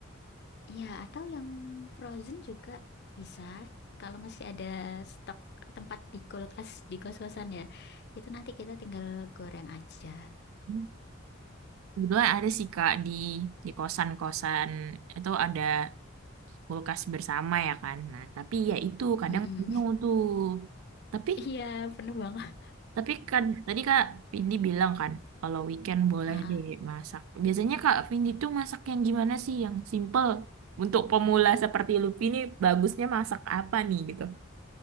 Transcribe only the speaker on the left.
Iya, atau yang frozen juga bisa. Kalau masih ada stok tempat di kulkas di kos-kosan ya, itu nanti kita tinggal goreng aja.
Mm-mm.
Iya, penuh banget.
Heeh.